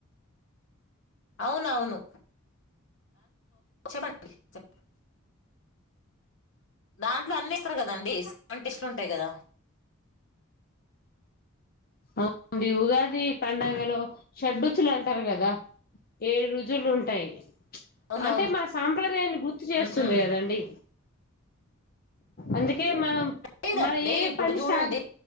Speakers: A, on the left; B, on the left.
A: అవునవును చెప్పండి చె దాంట్లో అన్ని ఎస్తరు కదండి. అన్ని టేస్ట్లుంటాయి కదా.
B: ఆ బివుగా ఈ పండగలో షడ్డ్రుచులు అంటారు కదా ఏడు రుచులు ఉంటాయి. ప్చ్
A: అవునవును
B: అంటే మా సాంప్రదాయాన్ని గుర్తు చేస్తుంది
A: హ్మ్.
B: కదండి. అందుకే మనం
A: లేదండి
B: మన ఏ
A: ఇప్పుడు
B: పని
A: చూడండి
B: స్టార్ట్